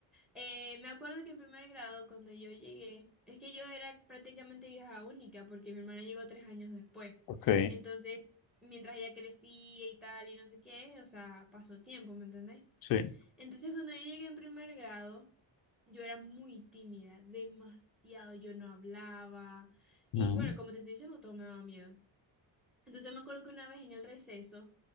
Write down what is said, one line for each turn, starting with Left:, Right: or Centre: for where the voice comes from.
Centre: eh, me acuerdo que en primer grado, cuando yo llegué, es que yo era prácticamente hija única, porque mi hermana llegó tres años después.
Left: Ok,
Centre: Entonces, mientras ella crecía y tal, y no sé qué, o sea, pasó tiempo, ¿me entendés?
Left: sí.
Centre: Entonces, cuando yo llegué en primer grado, yo era muy tímida, demasiado, yo no hablaba. Y
Left: Ujú,
Centre: bueno, como te estoy diciendo, todo me daba miedo. Entonces me acuerdo que una vez en el receso,